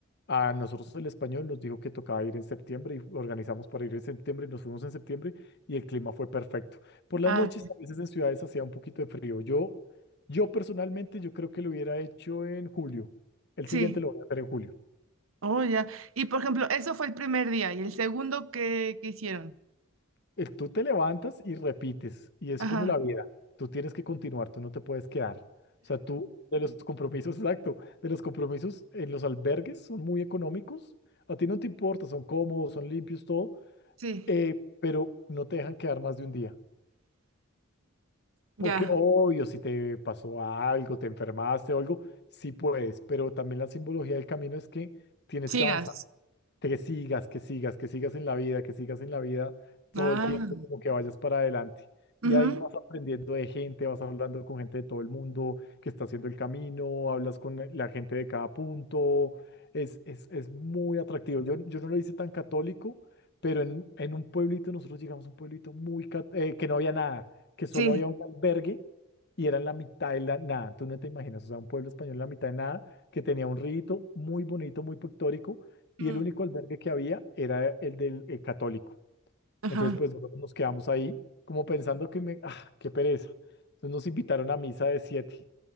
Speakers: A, on the left; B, on the right.
A: A nosotros el español nos dijo que tocaba ir en septiembre y organizamos para ir en septiembre, y nos fuimos en septiembre y el clima fue perfecto. Por las
B: ah,
A: noches, a veces en ciudades hacía un poquito de frío. Yo, yo personalmente, yo creo que lo hubiera hecho en julio. El
B: sí.
A: siguiente lo voy a hacer en julio.
B: Oh, ya. Y por ejemplo, eso fue el primer día. ¿Y el segundo qué, qué hicieron?
A: Eh, Tú te levantas y repites y es
B: Ajá,
A: como la vida. Tú tienes que continuar, tú no te puedes quedar. O sea, tú de los compromisos, <laughs> exacto, de los compromisos en los albergues son muy económicos. A ti no te importa, son cómodos, son limpios, todo
B: sí.
A: eh, pero no te dejan quedar más de un día.
B: Ya,
A: Porque obvio, si te pasó algo, te enfermaste o algo, sí puedes, pero también la simbología del camino es que tienes
B: sigas.
A: que avanzar que sigas, que sigas, que sigas en la vida, que sigas en la vida todo
B: Ah,
A: el tiempo, como que vayas para adelante. Y
B: ujú,
A: ahí vas aprendiendo de gente, vas hablando con gente de todo el mundo que está haciendo el camino, hablas con la la gente de cada punto. Es, es, es muy atractivo. Yo, yo no lo hice tan católico, pero en, en un pueblito, nosotros llegamos a un pueblito muy cat- eh, que no había nada, que solo
B: Sí.
A: había un albergue y era en la mitad de la nada. Tú no te imaginas, o sea, un pueblo español en la mitad de nada, que tenía un rito muy bonito, muy pictórico
B: mm,
A: y el único albergue que había era el del eh, católico.
B: ajá.
A: Entonces, pues nosotros nos quedamos ahí como pensando que me, ah, qué pereza. Entonces nos invitaron a misa de siete